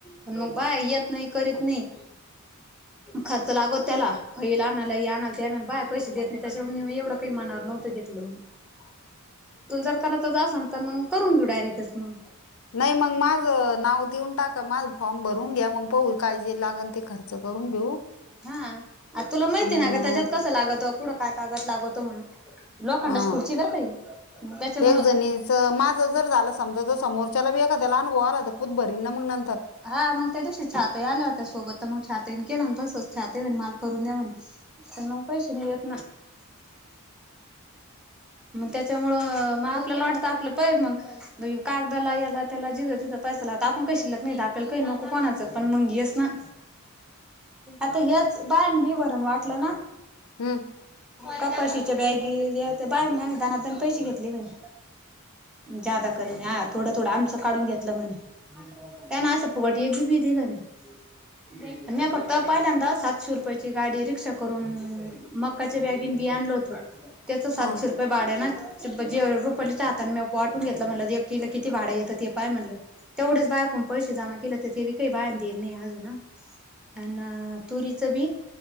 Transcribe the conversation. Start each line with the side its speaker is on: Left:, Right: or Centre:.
Centre: पण मग बाया येत नाही करीत नाही. खर्च लागतो त्याला. फैल आणाला ह्याना तेना. आणि बाया पैसे देत नाही. त्याच्यामुळे मी मग एवढं काही मनावर नव्हत घेतलं मी.
Left: हो
Centre: तुला जर करायचच असल तर मग करून घेऊ डायरेक्टच मग.
Left: नाही मग माझ नाव देऊन टाका. माझ फॉर्म भरून घ्या मग- पाहू. काय जे लागल ते खर्च करून घेऊ.
Centre: हा. आ तुला माहितीय
Left: अन,
Centre: ना का त्याच्यात कसं लागत? कुठं काय कागद लागतो म्हणून. लोखंडाची
Left: हा
Centre: खुर्ची आहे बरं का ही. मग त्याच्यामुळं-
Left: एक जणीच माझं जर झालं समजा ज समोरच्याला बी एखाद्याला अनुभव आला तर खुद भरील ना मग नंतर.
Centre: हा. मग त्या दिवशी छाताई आल्या होत्या सोबत. तर मग छाताईन केलं ना तसंच. छाताई म्हणाल्या मला करून द्या म्हणे. प मग पैसे मीळेत ना. मग त्याच्यामुळं मग आपल्याला वाटत आपलं प मग- ब कागदाला याला त्याला जिथ तिथं पैसा लागतो. आपली काय शिल्लक नाही आपल्याला काही नको कोणाचं. पण मंग हेच ना.
Left: ह
Centre: आता हेच बायान बिवरण वाटलं ना?
Left: हम.
Centre: कपाशीच्या बॅगी <unintelligible> बाया म्हणे दणा दण पैसे घेतले म्हणे. जादा कर हां. थोडं थोडं आमचं काढून घेतलं म्हणे. ते न अस फुगटी एक बी - बीधल नई. म्या फक्त पाहिल्यांदा सातशे रुपयाची गाडी रिक्षा करून मकाची बॅग बि आणल होत, त्याच सातशे
Left: हा.
Centre: रुपय भाड्यान जे- ब - जे रुपलीच्या हातन मी वाटून घेतलं म्हणलं इककिला किती भाड येत हे पाय म्हणलं? तेवढेच बायकून पैसे जमा केले तर ते बी काही बायन देल नाही अजून न. अन तुरीचं बी?